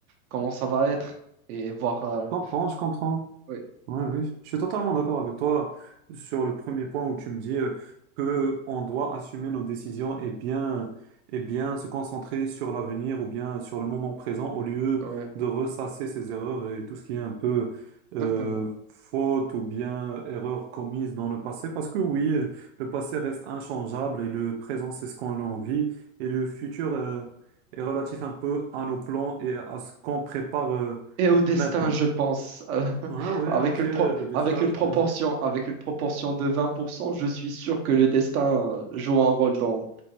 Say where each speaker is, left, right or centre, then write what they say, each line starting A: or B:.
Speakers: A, on the right; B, on the right.
A: comment ça va être. Et voir. euh,
B: Je comprends, je comprends.
A: ouais,
B: Ouais, oui, je suis totalement d'accord avec toi sur le premier point où tu me dis euh, que on doit assumer nos décisions et bien, et bien se concentrer sur l'avenir ou bien sur le moment présent au lieu
A: ouais,
B: de ressasser ses erreurs et tout ce qui est un peu euh,
A: exactement.
B: faute ou bien erreur commise dans le passé. Parce que oui, euh, le passé reste inchangeable et le présent, c'est ce qu'on a envie et le futur euh, est relatif un peu à nos plans et à ce qu'on prépare euh,
A: Et au destin,
B: maintenant.
A: je pense, euh, <laughs>
B: Ouais, ouais,
A: avec
B: après
A: une pro-
B: euh, le destin.
A: avec une proportion,
B: Mhm.
A: avec une proportion de 20% je suis sûr que le destin euh, joue un rôle dans,